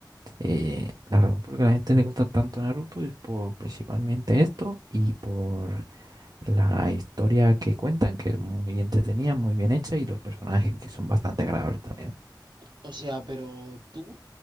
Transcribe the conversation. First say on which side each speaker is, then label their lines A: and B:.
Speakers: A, on the right (about 55°); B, on the right (about 75°).
A: Eh, la razón por la que a la gente le gusta tanto Naruto es por principalmente esto y por la historia que cuentan, que es muy entretenida, muy bien hecha y los personajes que son bastante agradables también.
B: O sea, pero tú,